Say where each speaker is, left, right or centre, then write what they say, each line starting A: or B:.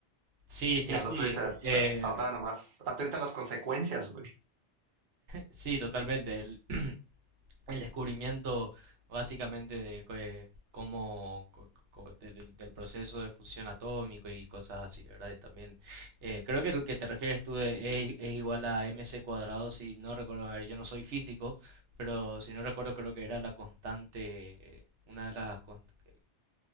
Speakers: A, on the right; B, on the right.
A: Sí, sí,
B: Y al
A: sí.
B: otro dice, o sea,
A: eh,
B: ahora
A: em,
B: nomás atenta a las consecuencias, güey.
A: Sí, totalmente. El, <clears throat> el descubrimiento básicamente de co- eh, cómo co- co- de- del del proceso de fusión atómico y cosas así, ¿verdad? Y también eh, creo que lo que te refieres tú de E i- es igual a mc cuadrado, si no recuerdo, a ver, yo no soy físico, pero si no recuerdo creo que era la constante, eh, una de las constantes